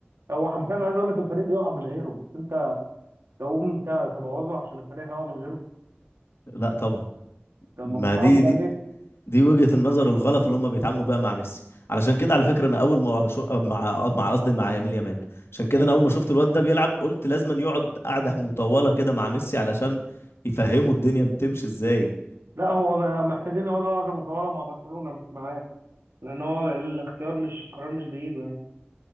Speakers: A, on the right (about 90°); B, on the left (about 80°).
A: هو حرفيا عايز اقول لك الفريق بيقع من غيره بس انت تقوم ت- تبوظه عشان الفريق هيقع من غيره
B: لا طبعا
A: انت المفروض
B: ما
A: تحافظ
B: دي دي
A: عليه
B: دي وجهة النظر الغلط اللي هم بيتعاملوا بيها مع ميسي علشان كده على فكرة انا اول ما شو... مع مع قصدي مع يمين يامال عشان كده
A: امم
B: انا اول ما شفت الواد ده بيلعب قلت لازم يقعد قعدة مطولة كده مع ميسي علشان يفهموا الدنيا بتمشي ازاي
A: لا هو م- محتاجين يقعدوا قعده مطوله مع برشلونه مش معاه لان هو الاختيار مش القرار مش بايده يعني